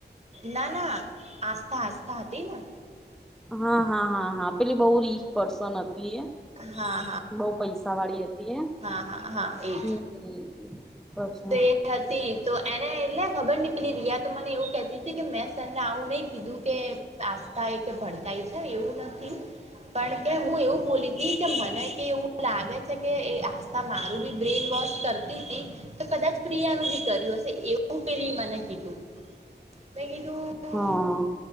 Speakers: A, on the right; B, in the centre.
A: ના ના આસ્થા આસ્થા હતી ને
B: હા હા હા હા પેલી બોવ રિચપર્સન હતી એ
A: હા હા
B: બો પૈસા સા વાડી હતી એ
A: હા હા હા એજ
B: હમ પછી
A: તો એ હતી તો એને એટલે ખબર ની પેલી રિયા તો મને એવું કહેતી હતી કે મેં સર ને આવું નઈ કીધું કે આસ્થા એ કે ભડકાઈ છે એવું નથી પણ કે હું એવું બોલી હતી કે મને કે એવું લાગે છે કે એ આસ્થા મારું બી બ્રેન વોસ કરતી તી તો કદાચ પ્રિયા નું બી કર્યું હશે એવું પેલી એ મને કીધું મેં કીધું
B: હા